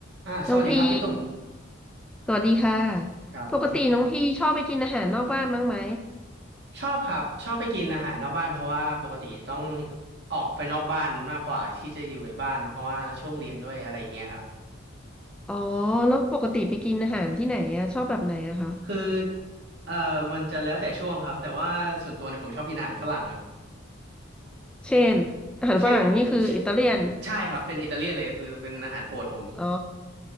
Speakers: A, on the right (about 55°); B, in the centre.
A: อ่าสวัสดีครับพี่ตุ่ม
B: น้องพีสวัสดีค่ะ
A: ครับผม
B: ปกติน้องพีชอบไปกินอาหารนอกบ้านบ้างไหม
A: ชอบครับชอบไปกินอาหารนอกบ้านเพราะว่าปกติต้องออกไปนอกบ้านมากกว่าที่จะอยู่ในบ้านเพราะว่าช่วงเรียนด้วยอะไรอย่างเงี้ยครับ
B: อ๋อแล้วปกติไปกินอาหารที่ไหนอะชอบแบบไหนอะคะ
A: คือเอ่อมันจะแล้วแต่ช่วงครับแต่ว่าส่วนตัวเนี่ยผมชอบกินอาหารฝรั่งครับ
B: เช่นอาหารฝรั่งนี่คืออิตาเลียน
A: เชเชใช่ครับเป็นอิตาเลียนเลยคือเป็นอาหารโปรดผม
B: อ๋อ